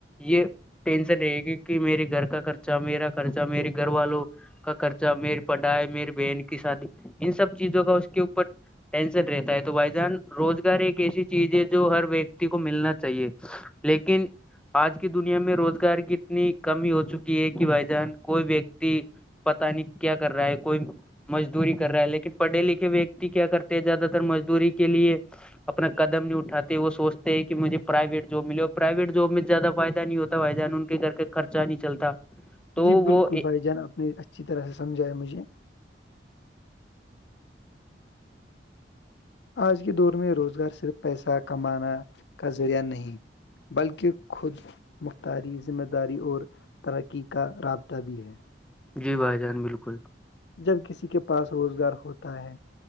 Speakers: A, in the centre; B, on the left.
A: یہ ٹینشن رہے گی کہ میرے گھر کا خرچہ میرا خرچہ میرے گھر والوں کا خرچہ میری پڑھائی میری بہن کی شادی ان سب چیزوں کا اس کے اوپر ٹینشن رہتا ہے تو بھائی جان روزگار ایک ایسی چیز ہے جو ہر ویکتی کو ملنا چاہیے لیکن آج کی دنیا میں روزگار کی اتنی کمی ہو چکی ہے کہ بھائی جان کوئی ویکتی پتا نہیں کیا کر رہا ہے کوئی مزدوری کر رہا ہے لیکن پڑھے لکھے ویکتی کیا کرتے ہیں زیادہ تر مزدوری کے لیے اپنا قدم نہیں اٹھاتا وہ سوچتے ہیں کہ مجھے پرائیویٹ جاب ملے اور پرائیویٹ جاب میں زیادہ فائدہ نہیں ہوتا بھائی جان ان کے گھر کا خرچہ نہیں چلتا تو
B: جی بالکل
A: وہ اے-
B: بھائی جان آپ نے اچھی طرح سے سمجھایا مجھے آج کے دور میں روزگار صرف پیسہ کمانا کا ذریعہ نہیں بلکہ خود مختاری ذمہ داری اور ترقی کا رابطہ بھی ہے
A: جی بھائی جان بالکل
B: جب کسی کے پاس روزگار ہوتا ہے